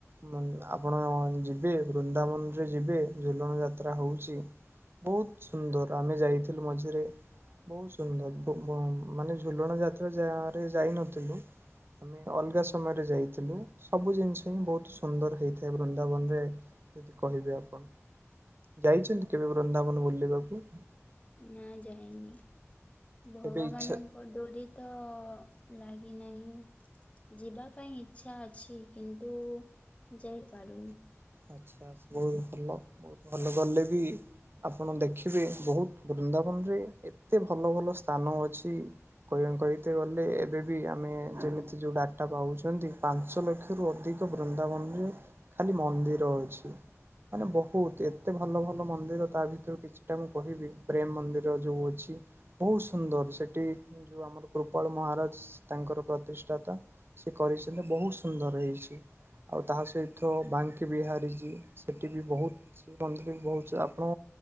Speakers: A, on the right; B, on the left.
A: ଉଁ ଆପଣ ଯିବେ ବୃନ୍ଦାବନରେ ଯିବେ ଝୁଲଣ ଯାତ୍ରା ହଉଚି ବହୁତ୍ ସୁନ୍ଦର ଆମେ ଯାଇଥିଲୁ ମଝିରେ ବହୁତ୍ ସୁନ୍ଦର୍ ବୁ-ବୁ ମାନେ ଝୁଲଣ ଯାତ୍ରା ଯାରେ ଯାଇନଥିଲୁ ଆମେ ଅଲଗା ସମୟରେ ଯାଇଥିଲୁ ସବୁ ଜିନିଷ ବହୁତ୍ ସୁ ସୁନ୍ଦର ହେଇଥାଏ ବୃନ୍ଦାବନ ରେ ଯଦି କହିବେ ଆପଣ। ଯାଇଚନ୍ତି କେବେ ବୃନ୍ଦାବନ ବୁଲିବାକୁ?
B: ନାଁ ଯାଇନି। ଭଗବାନଙ୍କ
A: କେବେ ଇଚ୍ଛା
B: ଙ୍କ ଡୋରି ତ ଲାଗିନାହିଁ। ଯିବା ପାଇଁ ଇଚ୍ଛା ଅଛି କିନ୍ତୁ ଯାଇପାରୁନି।
A: ଆଚ୍ଛା ବହୁତ୍ ଭଲ ବହୁତ୍ ଭଲ। ଗଲେବି ଆପଣ ଦେଖି ବେ ବହୁତ ବୃନ୍ଦାବନ୍ ରେ ଏ ଏତେ ଭଲ ଭଲ ସ୍ଥାନ ଅଛି କହିଆଁ-କହିତେ ଗଲେ ଏବେ ବି ଆମେ ଯେମିତି ଯୋଉ ଡାଟା ପାଉଚନ୍ତି ପାଞ୍ଚଲକ୍ଷ ରୁ ଅଧିକ ବୃନ୍ଦାବନରେ ଖାଲି ମନ୍ଦିର୍ ରହୁଛି। ମାନେ ବହୁତ ଏତେ ଭଲ ଭଲ ମନ୍ଦିର ତା ଭିତରୁ କିଛିଟା ମୁଁ କହିବି ପ୍ରେମ ମନ୍ଦିର ଯୋଉ ଅଛି। ବହୁତ ସୁନ୍ଦର ସେଠି ଯୋଉ ଆମର କୃପଳ ମହାରାଜ ତାଙ୍କର ପ୍ରତିଷ୍ଠାତା। ସେ କରିଛନ୍ତି ବହୁତ ସୁନ୍ଦର ହେଇଛି ଆଉ ତାହା ସହିତ ବା ଙ୍କି ବିହାରି ଜି ସେଠି ବି ବହୁତ ସେ ମନ୍ଦିର ବି ବହୁତ ଆପଣ।